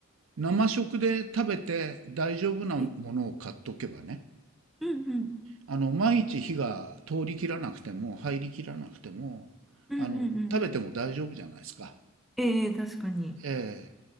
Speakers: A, on the right (about 75°); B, in the centre.
A: 生食で食べて大丈夫なものを買っとけばね。
B: えうんうん。
A: あの、毎日火が通り切らなくても、入り切らなくても、
B: うんうんうん。
A: あの、食べても大丈夫じゃないですか。
B: ええ確かに。
A: えー